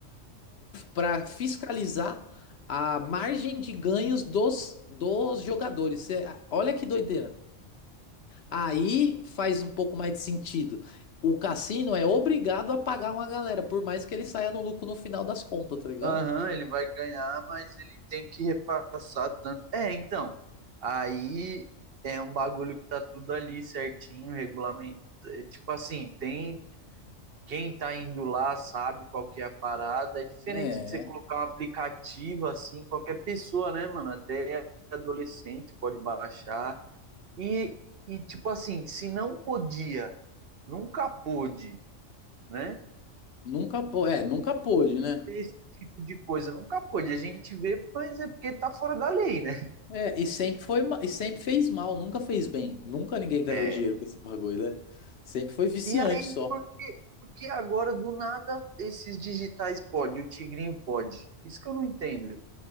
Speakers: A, on the left (about 60°); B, on the right (about 60°).
A: para fiscalizar a margem de ganhos dos, dos jogadores. Cê- olha que doideira. Aí faz um pouco mais de sentido. O cassino é obrigado a pagar uma galera, por mais que ele saia no lucro no final das contas, tá ligado?
B: Aham, ele vai ganhar, mas ele tem que repassar tanto. É, então, aí é um bagulho que tá tudo ali certinho, regulamento. é, Tipo assim, tem quem tá indo lá sabe qual que é a parada. É diferente
A: É,
B: de você colocar um aplicativo assim, qualquer pessoa, né, mano? Até adolescente pode baixar. E, e tipo assim, se não podia, nunca pôde, né?
A: nunca, pô- é, nunca pôde, né?
B: ter esse tipo de coisa. Nunca pôde. A gente vê, mas é porque tá fora da lei, né?
A: É, e sempre foi, ma- e sempre fez mal, nunca fez bem. Nunca ninguém ganhou
B: É.
A: dinheiro com esse bagulho, né? Sempre foi viciante
B: E aí,
A: só.
B: porque, porque agora, do nada, esses digitais pode, o tigrinho pode. Isso que eu não entendo.